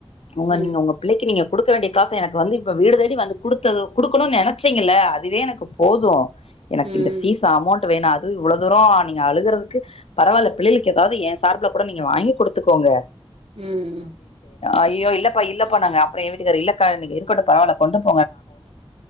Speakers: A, on the left; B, on the right.
A: உங்க
B: ம்
A: நீங்க உங்க பிள்ளைக்கி நீங்க குடுக்க வேண்டிய காசு எனக்கு வந்து இப்ப வீடு தேடி வந்து குடுத்தது குடுக்கணுன்னு நெனச்சீங்கள அதுவே எனக்கு போதும் எனக்கு
B: ம்
A: இந்த ஃபீஸ் அமௌண்ட்டு வேணா அத் து இவ்ளோ தூரோ நீங்க அழுகுறதுக்கு பரவால்ல பிள்ளைளுக்கு ஏதாவது என் சார்புல கூட நீங்க வாங்கி குடுத்துக்கோங்க
B: ம்
A: அய்யோ இல்லப்பா இல்லப்பா நாங்க அப்றோ என் வீட்டுக்காரு இல்லக்காங்க நீங்க இருக்கட்டும் பரவால்ல கொண்டும்